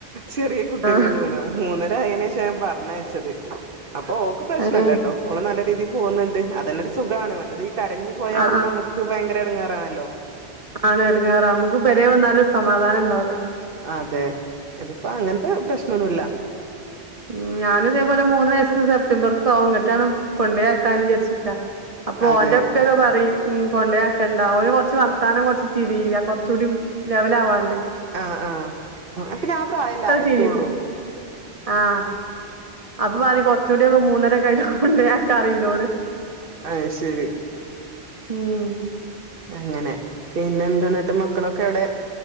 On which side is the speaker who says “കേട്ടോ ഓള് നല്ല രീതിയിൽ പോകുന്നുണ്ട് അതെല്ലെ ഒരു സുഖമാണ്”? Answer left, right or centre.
Right